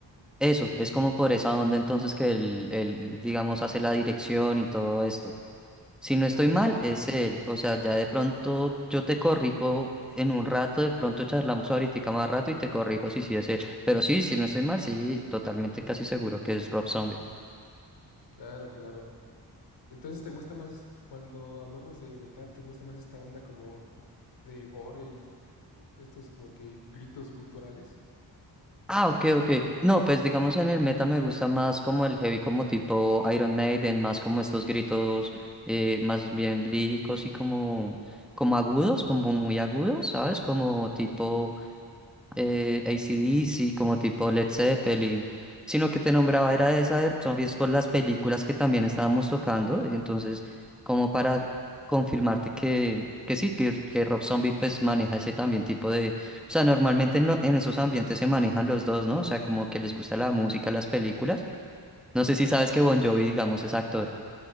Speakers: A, in the centre; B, on the left.
A: Eso, es como por esa onda entonces que él, él, digamos, hace la dirección y todo esto. Si no estoy
B: Oh,
A: mal,
B: ya, ya.
A: es él. O sea, ya de pronto yo te corrijo en un rato, de pronto charlamos ahorita más rato y te corrijo si sí es él. Pero sí, si no estoy mal, sí, totalmente casi seguro que es Rob Zombie.
B: Claro, claro. Entonces, ¿te gusta más es- cuando hablamos de metal, te gusta más esta onda como de gore y, y estos como que gritos guturales?
A: Ah, ok, ok. No, pues digamos en el metal me gusta más como el heavy, como tipo Iron Maiden, más como estos gritos eh, más bien líricos y como, como agudos, como muy agudos, ¿sabes? Como
B: Oh,
A: tipo...
B: ya, ya, ya.
A: eh, AC/DC, como tipo Led Zeppelin, sino que te nombraba era de esa de zombies por las películas que también estábamos tocando, entonces como para confirmarte que, que sí, que, que Rob Zombie pues maneja ese también tipo de, o sea, normalmente en, lo- en esos ambientes se manejan los dos, ¿no? O sea, como que les gusta la música, las películas. No sé si sabes que Bon Jovi, digamos, es actor.